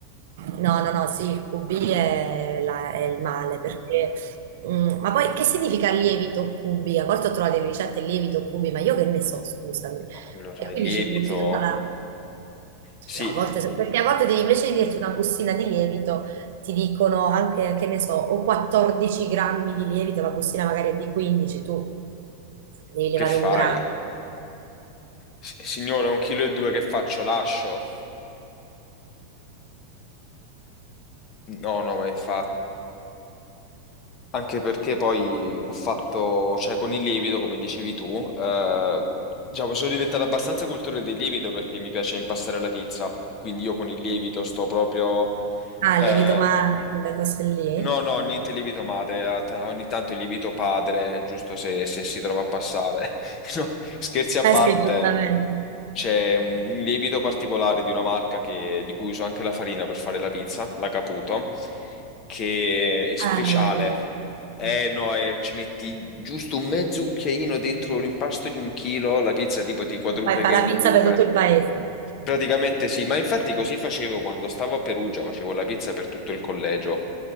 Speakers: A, on the right; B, on the left.
A: No, no, no, sì, il QB è, la- è il male perché... mm, ma poi che significa lievito QB? A volte ho trovato in ricette lievito QB, ma io che ne so, scusami.
B: Ma allora
A: E
B: il
A: quindi
B: lievito,
A: ci butti tutta la...
B: sì.
A: No, a volte, perché a volte devi- invece di dirti una bustina di lievito, ti dicono anche, che ne so, o 14 grammi di lievito, la bustina magari è di 15, tu devi levare
B: Che fai?
A: un grammo.
B: S- Signora, un chilo e due che faccio? Lascio? No, no, ma infatti. Anche perché poi ho fatto, cioè con il lievito, come dicevi tu, eh, diciamo, sono diventato abbastanza cultore del lievito perché mi piace impastare la pizza. Quindi io con il lievito sto proprio...
A: Ah,
B: eh,
A: il lievito madre, quelle cose lì.
B: no, no, niente lievito madre, a- ta- ogni tanto il lievito padre, giusto se, se si trova a passare. <laughs> No, scherzi a
A: Eh
B: parte.
A: sì, giustamente.
B: C'è un lievito particolare di una marca che- di cui uso anche la farina per fare la pizza, la Caputo, che è speciale.
A: Eh, non la conosco.
B: Eh
A: Mm.
B: no, eh, ci metti giusto un mezzo cucchiaino dentro l'impasto di un chilo, la pizza tipo ti quadruplica
A: Fai, fai la
B: in
A: pizza
B: volume.
A: per tutto il paese.
B: Praticamente sì, ma infatti così facevo quando stavo a Perugia, facevo la pizza per tutto il collegio.